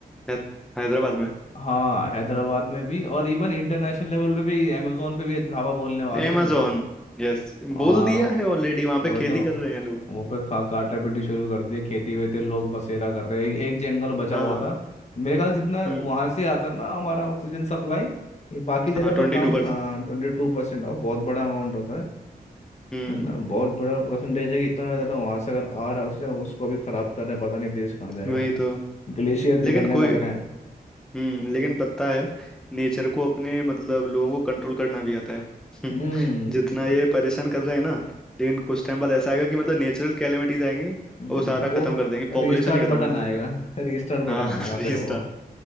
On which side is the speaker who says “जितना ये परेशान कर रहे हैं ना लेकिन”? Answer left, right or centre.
Centre